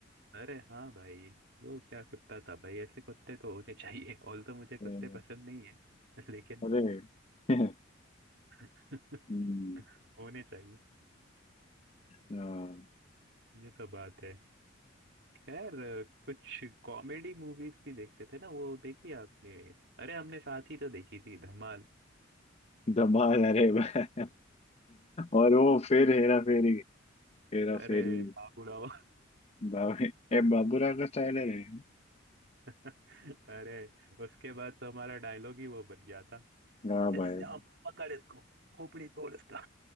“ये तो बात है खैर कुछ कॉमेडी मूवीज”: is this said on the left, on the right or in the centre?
Right